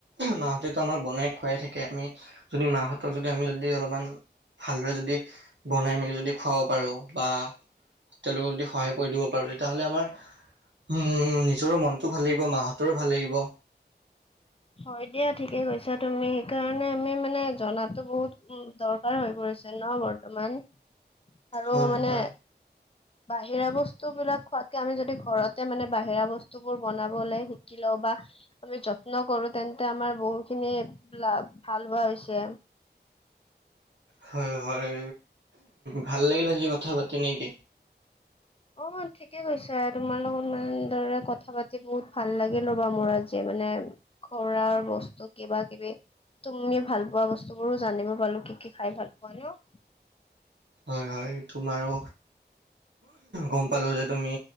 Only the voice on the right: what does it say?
মাহঁতেতো আমাক বনাই খুৱাই থাকে। আমি যদি মাহঁতক যদি আমি যদি অলপমান ভালদৰে যদি বনাই মেলি যদি খুৱাব পাৰো। বা তেওঁলোকক যদি সহায় কৰি দিব পাৰোঁ, তেতিয় হ'লে আমাৰ উম, নিজৰো মনটো ভাল লাগিব, মাহঁতৰো ভাল লাগিব।
হয়
হয়
হয় হয়। ভাল লাগিল আজি কথা পাতি নে কি?
হয় হয়। তোমাৰো গম পালো যে তুমি